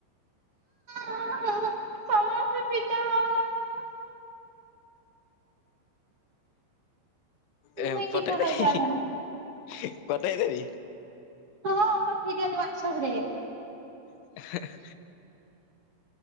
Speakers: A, on the right; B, on the left.
A: ହଁ, ହଁ ସମସ୍ତେ ପିଠା ଖାଉଛନ୍ତି ନା ମୁଁ
B: ଏ
A: ହିଁ ପିଠା
B: ପଠେଇ
A: ଖାଇପାରୁନି।
B: ଦେଇ <unintelligible> ପଠେଇ ଦେବି।
A: ହଁ ତୋ ବିରିଆନି ୱାଟସଆପ ରେ <unintelligible>
B: <unintelligible>